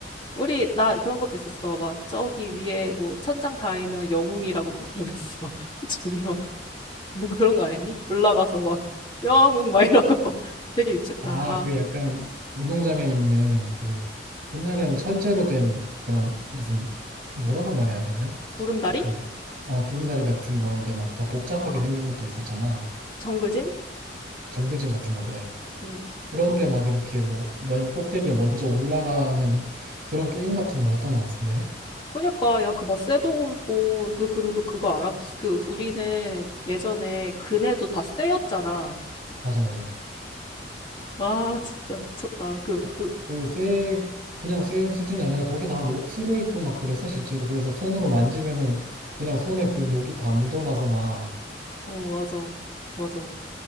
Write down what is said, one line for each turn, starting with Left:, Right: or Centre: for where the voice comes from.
Left: 우리 나 그런 것도 있었어 막 저기 위에 뭐 천장 닿으면 영웅이라고 막 그랬어 <laughs> 저기 막 너 그런 거 안 했니? 올라가서 막 영웅 막 이러고 <laughs> 막 되게 유치했다
Right: 아,
Left: 아
Right: 그 약간 운동장에 있는 그 옛날엔 철제로 된 그런 무슨 그 뭐라고 말해야 되냐?
Left: 구름다리?
Right: 약간 어 구름다리 같은 건데 막 더 복잡하게 생긴 것도 있었잖아.
Left: 정글짐?
Right: 정글짐 같은 거 그래.
Left: 응
Right: 그런데 막 이렇게 뭐 맨 꼭대기에 먼저 올라가는 그런 게임 같은 걸 했던 것 같은데.
Left: 그니까 야 그 막 쇠도 굽고 그 그리고 그거 알아? 그 우리는 예전에 그네도 다 쇠였잖아
Right: 맞아 맞아.
Left: 아 진짜 미쳤다 그,
Right: 아,
Left: 그,
Right: 그 쇠, 그냥 쇠인 수준이 아니라 거기 다 녹슬어 있고 막 그랬어 실제로. 그래서 손으로 만지면은 그냥 손에 그 녹이 다 묻어나서 막
Left: 어, 맞아. 맞아.